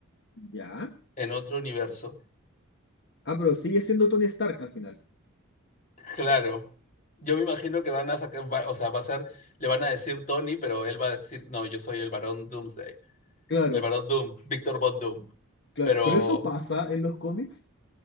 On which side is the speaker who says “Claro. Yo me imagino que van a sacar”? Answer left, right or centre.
Left